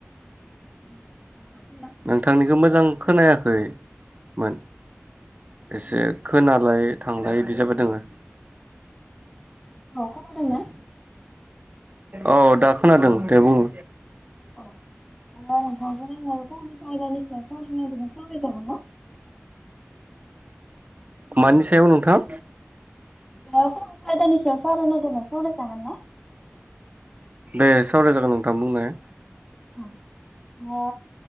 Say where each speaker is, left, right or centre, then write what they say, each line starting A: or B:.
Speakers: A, in the centre; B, on the right (about 35°).
A: उम
B: नोंथांनिखौ मोजां खोनायाखैमोन एसे खोनालाय थांलाय बिदि जाबाय दोङो
A: औ खोनादोंना
B: औ दा खोनादों दे बुङो
A: औ अ नोंथांजों आङो फंनैसो आयदानि सायाव सावरायनो सानदोंमोन सावराय जागोनना
B: मानि सायाव नोंथां
A: फुन खायदानिसायाव सावराय नागिरदोंमोन सावरायजागोन ना
B: दे सावराय जागोन नोंथां बुंनाय
A: औ आ